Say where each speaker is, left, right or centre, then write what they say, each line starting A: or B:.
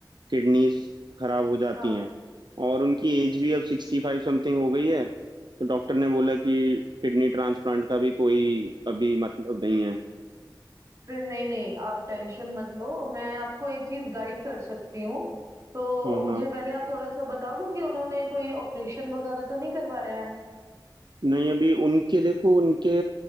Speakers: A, on the right; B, on the right.
A: किडनीज खराब हो
B: हाँ
A: जाती हैं और उनकी एज भी अब सिक्सटी फाइव समथिंग हो गई है तो डॉक्टर ने बोला कि किडनी ट्रांसप्लांट का भी कोई अभी मतलब नहीं है
B: फिर नहीं नहीं आप टेंशन मत लो मैं आपको एक चीज गाइड कर सकती हूँ तो
A: हाँ हाँ
B: मुझे पहले आप थोड़ा सा बताओगे कि उन्होंने कोई ऑपरेशन वगैरह तो नहीं करवाया है
A: नहीं अभी उनके देखो उनके